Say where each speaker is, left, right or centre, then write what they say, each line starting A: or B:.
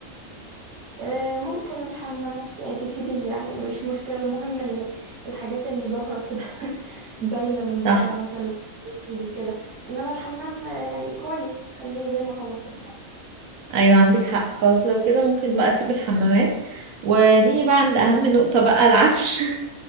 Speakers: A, on the right; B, on the right.
A: آه، ممكن الحمامات يعني تسيبيه يعني مش مشكلة المهم ال- الحاجات اللي ظاهرة كده <laughs> باينة من بره
B: صح
A: مثلا تيجي كده إنما الحمام آه، يعني كويس خليه زي ما هو كده حلو
B: ايوه عندك حق خلاص لو كده ممكن بقى اسيب الحمامات ونيجي بقى عند اهم نقطة بقى العفش <laughs>